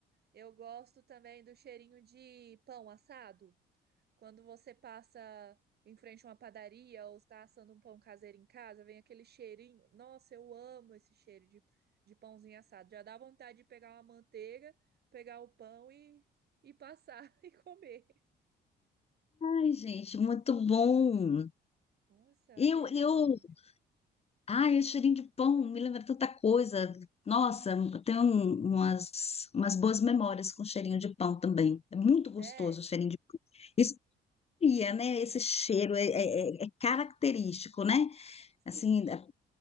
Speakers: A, on the right; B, on the left.
A: eu gosto também do cheirinho de pão assado. Quando você passa em frente a uma padaria ou está assando um pão caseiro em casa, vem aquele cheirinho. Nossa, eu amo esse cheiro de, de pãozinho assado. Já dá vontade de pegar uma manteiga, pegar o pão e, e passar <laughs> e comer.
B: Ai, gente, muito bom.
A: Nossa, é uma
B: Eu,
A: delícia
B: eu
A: o cheirinho de pão.
B: Ai, esse cheirinho de pão me lembra tanta coisa. Nossa, eu tenho um- umas, umas boas memórias com cheirinho de pão também. É muito gostoso
A: É,
B: o cheirinho de pão. Isso cria, né? Esse cheiro é, é- é- é característico, né?
A: sim.
B: Assim, é-